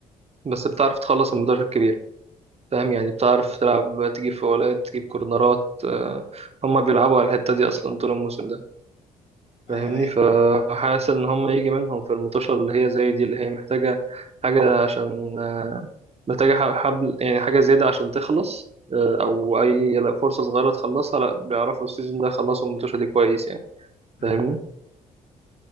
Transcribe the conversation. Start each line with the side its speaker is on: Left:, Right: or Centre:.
Right: بس بتعرف تخلص الماتشات الكبيرة فاهم يعني بتعرف تلعب تجيب فاولات تجيب كورنرات آه، هما بيلعبوا على الحتة دي أصلا طول الموسم ده
Left: ايوه
Right: فاهمني
Left: ايوه
Right: فحاسس إن هما يجي منهم في المطوشة اللي هي زي دي اللي هي محتاجة حاجة عشان آه، محتاجة ح- حبل يعني حاجة زيادة عشان تخلص آه، أو أي لا فرصة صغيرة تخلصها لا بيعرفوا السيزون ده يخلصوا المطوشة دي كويس يعني
Left: مم.
Right: فاهمني